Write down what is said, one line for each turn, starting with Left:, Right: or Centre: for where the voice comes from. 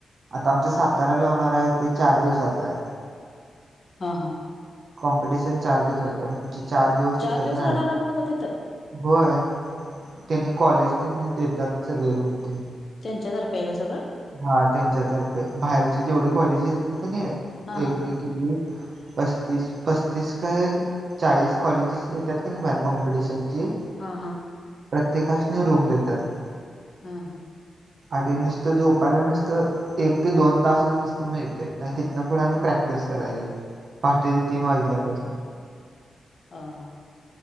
Right: आता आमच्या साताऱ्याला होणार आहे ते चार दिवसाचय.
Left: हा हां
Right: कॉम्पिटिशन चार दिवसाचिय म्ह ती चार दिवस तिथंच
Left: चार दिवस
Right: राहायचं
Left: राहणार मग आता तिथं.
Right: होय त्यांनी कॉलेज ते देतात सगळे रूम ते
Left: त्यांच्या तर्फे आहे का सगळं.
Right: हा त्यांच्यातर्फे बाहेरची जेवढी कॉलेजेस येतेत कनय
Left: हां हां
Right: एक क किती पस्तीस पस्तीस काय? चाळीस कॉलेजेस येतात कीनय बाहेर कॉम्पिटिशनची.
Left: हा हा
Right: प्रत्येकासने रूम देतात.
Left: हा हा
Right: आणि नुसतं झोपायला नुसतं. एक ते दोन तास दिसत मिळते नाही तिथन पनी प्रॅक्टिस करायची पाठीची. तीन वाजल्या पासून
Left: हा हां